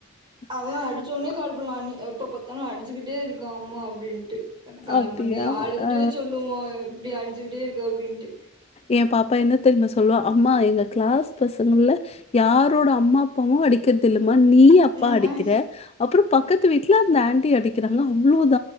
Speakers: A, on the right; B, on the left.
A: அவா
B: வந்திருக்கேன்.
A: அடுச்ச ஒன்ன. கால் பன்னுவா <unintelligible> அதுக்தானேதென அடிச்சுக்கிட்டே இருக்கு அம்மா அப்டின்ட்டு கால்
B: அப்டியா
A: பண்ணி அழுதுட்டே
B: ஆ.
A: சொல்லுவோ இப்புடி அடிச்சுக்கிட்டே இருக்கு அப்டின்ட்டு
B: என் பாப்பா என்ன தெரியும சொல்லுவா அம்மா எங்க கிளாஸ் பசங்கள்ல யாரோட அம்மா அப்பாவு அடிக்கரது இல்லே மா நீ அப்பா
A: ம்
B: அடிக்கிற அப்புற பக்கத்து வீட்ல அந்த ஆண்டி அடிக்கிறாங்க அவ்ளோ